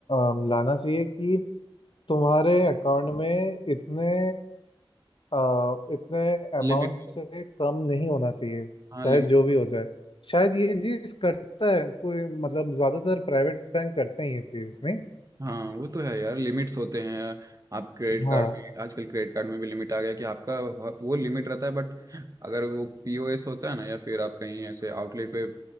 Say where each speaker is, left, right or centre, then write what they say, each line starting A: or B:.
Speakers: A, on the left (about 65°); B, on the right (about 35°).
A: अम, लाना चाहिए कि तुम्हारे अकाउंट में इतने अ, इतने अमाउंट
B: लिमिट
A: से कम नहीं होना चाहिए
B: हाँ
A: चाहे
B: लिमिट
A: जो भी हो जाए शायद ये चीज़ करता है कोई मतलब ज़्यादातर प्राइवेट बैंक करते हैं ये चीज़ नहीं
B: हाँ वो तो है यार लिमिट्स होते हैं आप क्रेडिट
A: हाँ
B: कार्ड भी आजकल क्रेडिट कार्ड में भी लिमिट आ गया कि आपका ह- वो लिमिट रहता है बट अगर वो पीओएस होता है ना या फिर आप कहीं ऐसे आउटलेट पे